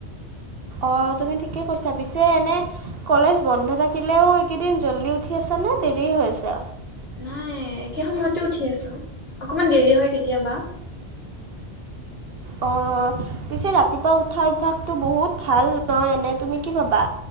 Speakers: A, on the right; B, on the left.
A: অ' তুমি ঠিকে কৈছা, পিছে এনে কলেজ বন্ধ থাকিলেও এইকেইদিন জল্দি উঠি আছ নে দেৰি হৈ আছে?
B: নাই একে সময়তে উঠি আছোঁ, অকমান দেৰি হয় কেতিয়াবা।
A: অ' পিছে ৰাতিপুৱা উঠা অভ্যাসটো বহুত ভাল ন, এনে তুমি কি ভাবা?